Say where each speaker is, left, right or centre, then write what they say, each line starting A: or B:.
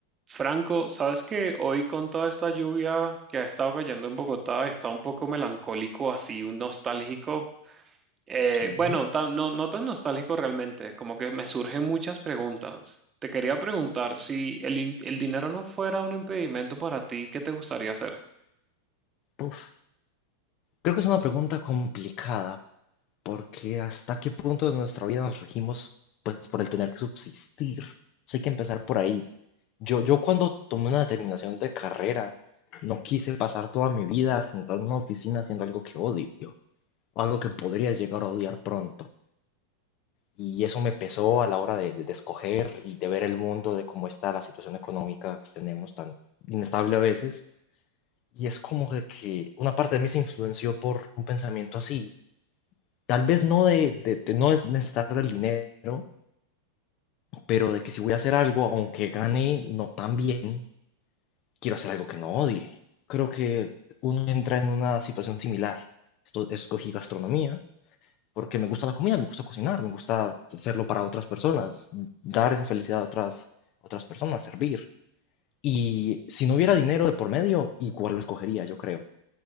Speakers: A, on the right; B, on the left.
A: Franco, sabes que hoy con toda esta lluvia que ha estado cayendo en Bogotá, está un poco melancólico, así, un nostálgico. Eh,
B: Sí.
A: bueno, tan- no, no tan nostálgico realmente, como que me surgen muchas preguntas. Te quería preguntar si el, in- el dinero no fuera un impedimento para ti, ¿qué te gustaría hacer?
B: Uf. Creo que es una pregunta complicada porque hasta qué punto de nuestra vida nos regimos pues por el tener que subsistir. Entonces, hay que empezar por ahí. Yo, yo cuando tomé una determinación de carrera, no quise pasar toda mi vida sentado en una oficina haciendo algo que odio o algo que podría llegar a odiar pronto. Y eso me pesó a la hora de, de- de escoger y de ver el mundo, de cómo está la situación económica que tenemos tan inestable a veces. Y es como de que una parte de mí se influenció por un pensamiento así. Tal vez no de, de, de no necesitar del dinero, pero de que si voy a hacer algo, aunque gane no tan bien, quiero hacer algo que no odie. Creo que uno entra en una situación similar. Esto, escogí gastronomía porque me gusta la comida, me gusta cocinar, me gusta hacerlo para otras personas, dar esa felicidad a otras, otras personas, servir. Y si no hubiera dinero de por medio, igual lo escogería, yo creo.